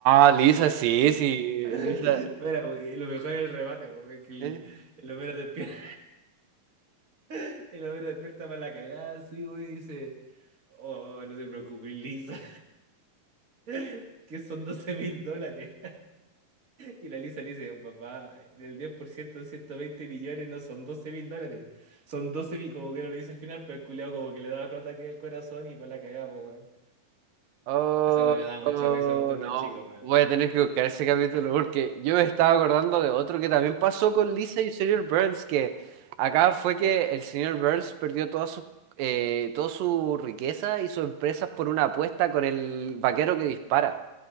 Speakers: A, on the right; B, on the right.
A: ah, Lisa, sí, sí,
B: <laughs> Espera,
A: Lisa.
B: po, y lo mejor es el remate, po, es que el,
A: eh.
B: el Homero despierta, <laughs> el Homero despierta para la cagada, sí, weón, y dice, oh, no te preocupes, Lisa, <laughs> que son doce mil dólares. Y la Lisa le dice, papá, el 10% de 120 millones no son 12 mil dólares, son 12 mil, como que no le dice al final, pero el culiao como que le da otro ataque del corazón y para la cagamos, weón.
A: Oh,
B: Esa weón me daba mucha
A: oh,
B: risa aun cuando
A: no,
B: chico, weón.
A: voy a tener que
B: Así,
A: buscar ese
B: oh.
A: capítulo porque yo me estaba acordando de otro que también pasó con Lisa y el señor Burns, que acá fue que el señor Burns perdió toda su, eh, toda su riqueza y sus empresas por una apuesta con el vaquero que dispara.